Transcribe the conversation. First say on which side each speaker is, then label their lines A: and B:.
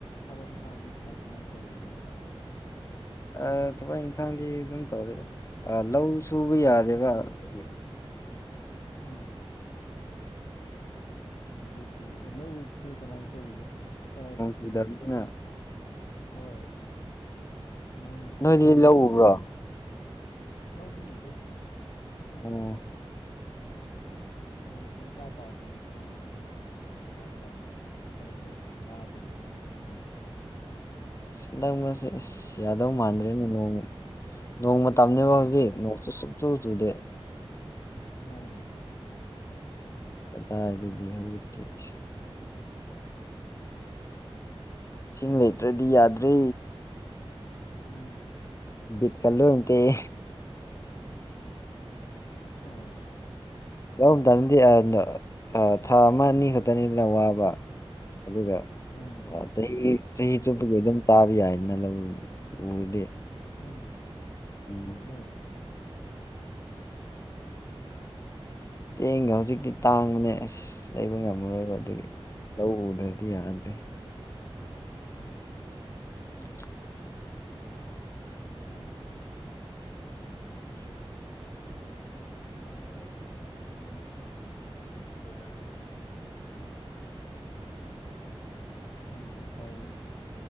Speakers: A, on the left; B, on the left.
A: ꯊꯕꯛ ꯏꯪꯈꯥꯡꯗꯤ ꯀꯃꯥꯏ ꯀꯃꯥꯏ ꯇꯧꯔꯤꯒꯦ?
B: ꯑ ꯊꯕꯛ ꯏꯪꯈꯥꯡꯗꯤ ꯑꯗꯨꯝ ꯇꯧꯔꯦꯗ ꯑꯥ ꯂꯧ ꯁꯨꯕ
A: ꯎꯝ
B: ꯌꯥꯗꯦꯕ ꯑꯗꯨꯒꯤ꯫
A: ꯎꯝ꯫ ꯑꯗꯨꯗꯤ ꯂꯧꯁꯦ ꯀꯃꯥꯏꯅ ꯇꯧꯔꯤꯒꯦ ꯑ
B: ꯎꯗꯕꯗꯅ꯫
A: ꯍꯣꯏ ꯅꯣꯡꯁꯤ
B: ꯅꯣꯏꯗꯤ
A: ꯏꯇꯥ ꯇꯥꯗ꯭ꯔꯦꯅꯦ꯫
B: ꯂꯧ ꯎꯕ꯭ꯔꯣ
A: ꯂꯧꯗꯤ ꯎꯗꯦ꯫
B: ꯑꯣ꯫
A: ꯑꯗꯩ ꯅꯣꯡꯁꯤ ꯏꯇꯥ ꯇꯥꯗꯦꯅꯤ ꯀꯃꯥꯏꯅ ꯇꯧꯔꯤꯖꯅꯣ ꯒ꯭ꯌꯥꯟ ꯇꯥꯗꯦ꯫ ꯀꯔꯝꯅꯕꯨ ꯆꯥꯗꯣꯔꯤꯕꯅꯣ ꯈꯪꯗꯦ꯫
B: ꯍꯟꯗꯛ ꯃꯔꯁꯦ ꯑꯁ ꯌꯥꯗꯧ ꯃꯥꯟꯗ꯭ꯔꯦꯅꯦ ꯅꯣꯡ ꯅꯣꯡ ꯃꯇꯝꯅꯦꯕ
A: ꯎꯝ
B: ꯍꯧꯖꯤꯛ ꯅꯣꯡ ꯁꯨꯞꯆꯨ ꯆꯨꯗꯦ꯫
A: ꯃꯥꯅꯦ꯫
B: <unintelligible> ꯀꯗꯥꯥꯏꯔꯗꯤ ꯍꯧꯖꯤꯛꯇꯀꯤ꯫ ꯏꯁꯤꯡ ꯂꯩꯇ꯭ꯔꯗꯤ ꯌꯥꯗ꯭ꯔꯦ꯫
A: ꯎꯝ꯫
B: ꯕꯤꯠꯀ ꯂꯣꯏ ꯇꯦꯛꯑꯦ꯫
A: ꯑꯣ꯫
B: ꯌꯥꯎꯔꯝ ꯇꯗꯤ ꯑꯥ ꯊꯥ ꯑꯃ ꯑꯅꯤ ꯈꯛꯇꯅꯤꯗꯅ ꯋꯥꯕ ꯑꯗꯨꯒ,
A: ꯃꯥꯅꯦ
B: ꯑꯥ
A: ꯃꯥꯅꯦ
B: ꯆꯍꯤ ꯆꯍꯤ ꯆꯨꯞꯄꯒꯤ ꯑꯗꯨꯝ ꯆꯥꯕ ꯌꯥꯏꯅ ꯂꯧꯗꯤ ꯎꯔꯗꯤ꯫
A: ꯎꯝ꯫
B: ꯎꯝ
A: ꯍꯣꯏ
B: ꯆꯦꯡꯒ ꯍꯧꯖꯤꯛꯇꯤ ꯇꯥꯡꯕꯅꯦ ꯑꯁ ꯂꯩꯕ ꯉꯝꯃꯔꯣꯏꯕ
A: ꯎꯝ
B: ꯑꯗꯨꯒꯤ ꯂꯧ ꯎꯗ꯭ꯔꯗꯤ ꯌꯥꯗ꯭ꯔꯦ
A: ꯎꯝ ꯎꯝ
B: <inaudible>
A: ꯑꯁ ꯃꯥꯗꯦ
B: <inaudible> <inaudible> <inaudible> <unintelligible>
A: ꯑꯁ ꯈꯪꯗꯦ ꯇꯧꯔꯤꯁꯦ